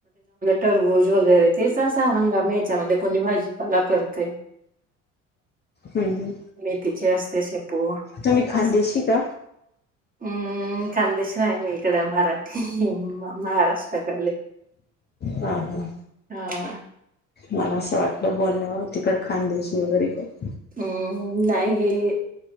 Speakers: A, on the right; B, on the left.
A: तरबूज वगैरे तेच असा हंगामी याच्यामध्ये कोणी भाजीपाला करतय.
B: हम्म
A: मेथीचे असते शेपू
B: तुम्ही खानदेशी
A: अस
B: का
A: हम्म, खानदेशी आहे मी इकडं मराठी म महाराष्ट्र ले
B: हा हा
A: हा.
B: मला असं वाटलं बोलण्यावर तिकडं खांदेशी वगैरे काय
A: अम्म नाही हे